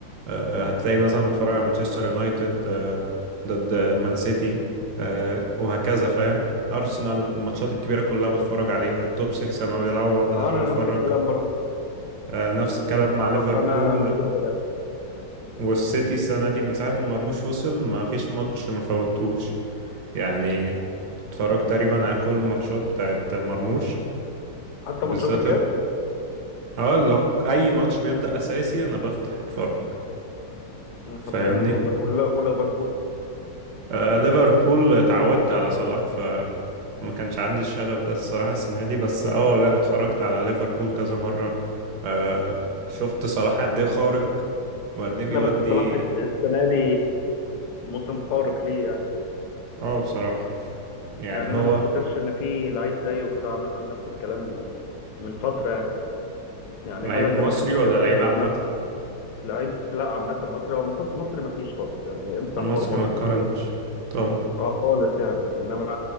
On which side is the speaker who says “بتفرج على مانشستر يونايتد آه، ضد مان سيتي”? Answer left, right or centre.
Right